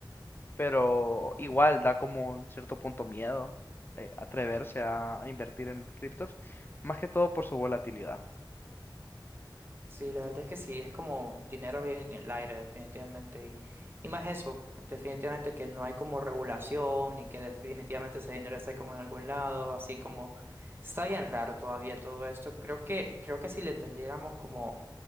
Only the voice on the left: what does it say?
pero igual da como un cierto punto miedo eh, atreverse a, a invertir en criptos, más que todo por su volatilidad.